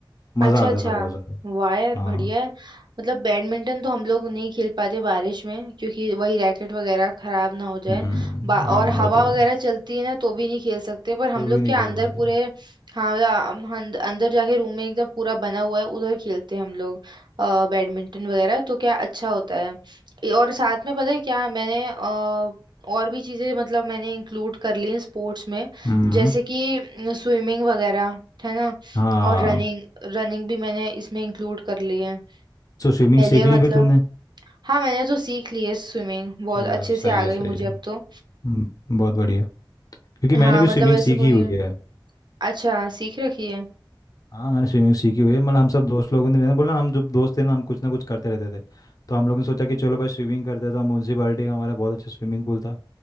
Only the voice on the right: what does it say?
अच्छा
अच्छा
वाह यार
बढ़िया है मतलब बैडमिंटन तो हम लोग नहीं खेल पाते बारिश में क्योंकि वही रैकेट वगैरह खराब ना हो जाए
बा-
और हवा
वगैरह
चलती है ना तो भी नहीं खेल सकते पर हम
लोग
क्या
अंदर
पूरे हाँ मतलब हम हम अंदर जाके रूम में एकदम पूरा बना हुआ है उधर खेलते हैं हम लोग अ, बैडमिंटन वगैरह तो क्या अच्छा होता है ये और साथ में पता है क्या मैंने अ, और भी चीज़ें मतलब मैंने इंक्लूड कर ली स्पोर्ट्स में
जैसे कि स्विमिंग वगैरह है ना
और रनिंग रनिंग भी मैंने इसमें इंक्लूड कर ली है
पहले
मतलब
हाँ मैंने तो सीख ली है स्विमिंग बहुत
अच्छे
से आ
गई
मुझे
अब तो
हाँ
मतलब
ऐसे
कोई
अच्छा सीख रखी है